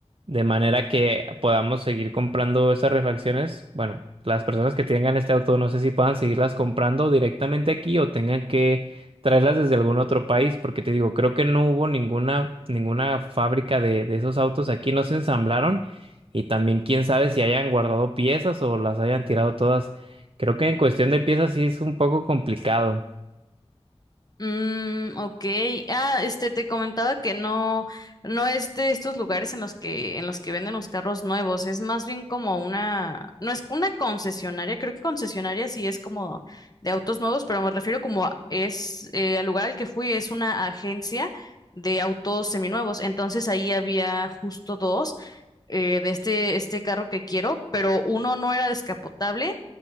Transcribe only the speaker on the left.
Mm, ok. Ah, este, te comentaba que no, no es de estos lugares en los que, en los que venden los carros nuevos. Es más bien como una, no es una concesionaria. Creo que concesionaria sí es como de autos nuevos, pero me refiero como a- es, eh, al lugar al que fui es una agencia de autos seminuevos. Entonces ahí había justo dos eh, de este, este carro que quiero, pero uno no era descapotable